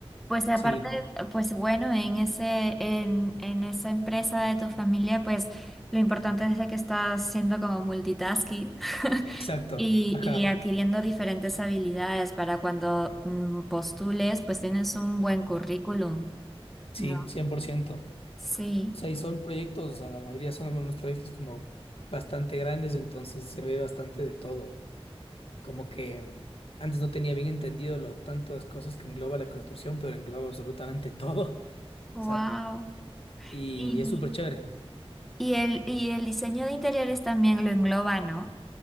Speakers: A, in the centre; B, on the left.
A: Pues aparte,
B: Sí,
A: pues bueno, en ese, en, en esa empresa de tu familia, pues lo importante es de que estás siendo como multitasking <laughs>
B: exacto.
A: y,
B: Ajá.
A: y adquiriendo diferentes habilidades para cuando mm, postules, pues tienes un buen currículum,
B: Sí,
A: ¿no?
B: cien por ciento O
A: Sí.
B: sea, y son proyectos, o sea, la mayoría son unos proyectos como bastante grandes, entonces se ve bastante de todo. Como que mm, antes no tenía bien entendido lo tanto de cosas que engloba la construcción, pero engloba absolutamente todo. <laughs>
A: Wow.
B: O sea, y
A: Y,
B: es súper chévere.
A: y el, y el diseño de interiores también lo engloba, ¿no?